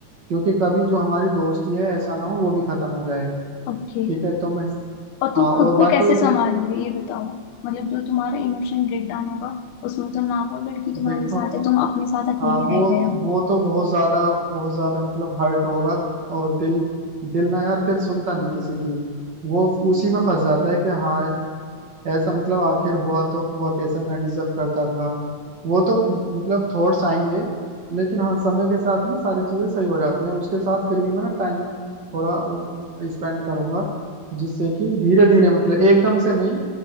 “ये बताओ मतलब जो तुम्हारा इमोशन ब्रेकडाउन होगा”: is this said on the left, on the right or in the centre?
Left